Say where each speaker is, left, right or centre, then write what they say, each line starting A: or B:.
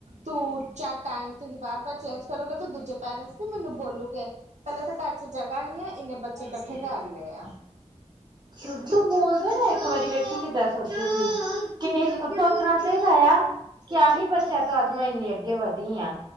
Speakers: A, on the right; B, on the right.
A: ਤੂੰ ਚਾ ਟਾਈਮ ਤੇ ਹੀ ਬਾਰ ਭੱਜ। ਚੇਂਜ ਕਰੋਗੇ ਤੇ ਦੂਜੇ ਨੇ ਪੈਰਸਟ ਮੈਨੂੰ ਬੋਲੂਗੇ, ਪਹਿਲਾਂ ਤਾਂ ਘਰ ਚ ਜਗਾ ਨੀ ਐ ਇੰਨੇ ਬੱਚੇ ਕੱਠੇ ਕਰਲੇ ਆ।
B: ਸ਼ੁੱਭ- ਸ਼ੁੱਭ ਬੋਲਦੇ ਨਾ ਇੱਕ ਵਾਰੀ, ਵੇਖੀ ਕਿੱਦਾਂ ਸੋਚੂਗੀ। ਕਿ ਐ ਸੋਚਣਾ ਚਾਹੀਦਾ ਆ, ਕਿ ਐਹੀ ਬੱਚਿਆਂ ਤੋਂ ਅੱਜ ਮੈਂ ਇੰਨੀ ਅੱਗੇ ਵਧੀ ਆ।